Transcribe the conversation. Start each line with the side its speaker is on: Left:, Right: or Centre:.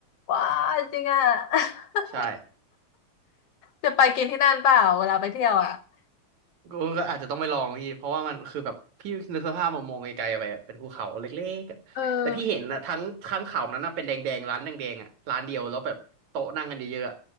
Left: ว้าจริงอ่ะ <laughs>
Right: ใช่
Left: จะไปกินที่นั่นเปล่าเวลาไปเที่ยวอ่ะ
Right: ก็ก็อาจจะต้องไปลองพี่เพราะว่ามันคือแบบพี่นึกสภาพมามองไกลๆไปอะเป็นภูเขาเล็กๆอะแต่พี่เห็นนะทั้งทั้งเขานั้นนะเป็นแดงๆร้านแดงๆอะร้านเดียวแล้วแบบโต๊ะนั่งกันเยอะๆอะ
Left: เออ